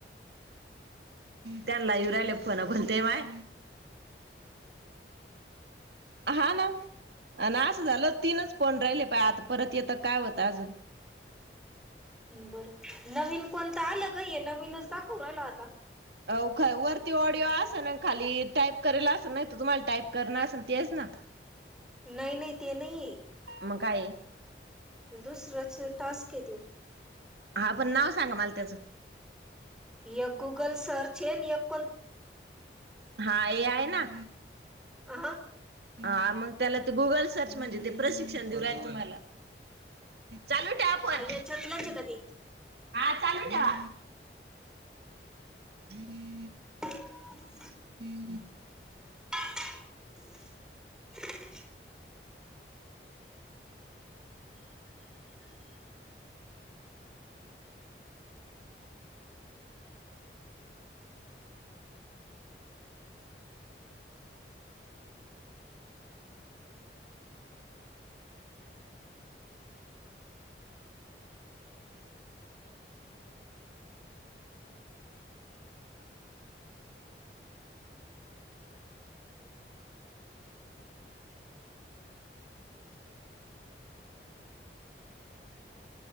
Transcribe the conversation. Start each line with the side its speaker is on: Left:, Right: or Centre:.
Right: त्यांला येऊ राहिले फोन पण ते माय... हा ना... अन् असं झालं तीनच पोण राहिले प आता परत येतं काय होतं अजून
Centre: बरं नवीन कोणतं आलं काय नवीनच दाखव राहिल आता
Right: अ वरती ऑडिओ असेल खाली टाईप करेला असेल नाही तर तुम्हाला टाईप करणं असेल तेच ना <inaudible>
Centre: नाही नाही ते नाही
Right: मग काय
Centre: दुसरच टास्क तोय
Right: हा पण नाव सांगा मला त्याचं
Centre: य गुगल सर्च हे नेक
Right: हा हे आहे ना
Centre: आ
Right: ह मग त्याला ते गुगल सर्च म्हणजे ते प्रशिक्षण देऊ रा तुमला चालू ठ्या आपण
Centre: याच्यातलंच आहे का ते
Right: हा चालू हा <inaudible>
Centre: <inaudible>
Right: <inaudible>
Centre: <inaudible>